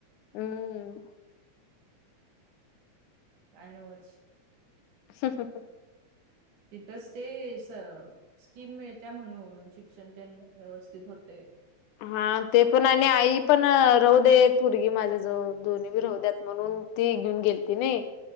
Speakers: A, on the left; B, on the right.
A: हम्म.
B: काय नवच.
A: हं हं.
B: इंथस ते असं. स्कीम मिळत्या म्हणून शिक्षण त्यांच व्यवस्थित होतेय
A: हा ते पण आणि आई पण राहू दे पोरगी माझ्या जवळ दोन्हीभी राहू द्यात म्हणून ती घेऊन गेलंती नी